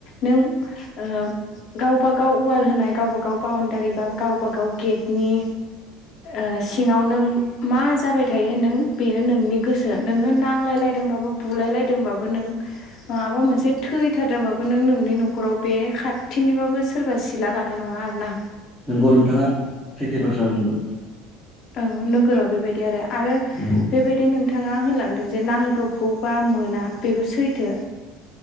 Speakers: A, on the left; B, in the centre.
A: नों ओ गावबा गाव उवाल होनाय गावबा गाव बाउणडारि बा गावबा गाव गेटनि ओ सिङाव नों मा जाबाय थायो नों बेयो नोंनि गोसो नोङो नांलायलायदोंबाबो बुलाय बो नों मा मोनसे थैथारदोंबो नों नोंनि न'खाव बे खा थिंनिबाबो सोरबा सिला गानाय नङा आरो ना
B: नोंगौ नोंथाङा सैथि बाथ्रा बुंदों
A: औ नोगोराव बेबायदि आरो आरो
B: नंगौ
A: बेबायदि नों नोंथाङा होनलांदों जे नांब्रबगौबा मोना बेबो सैथो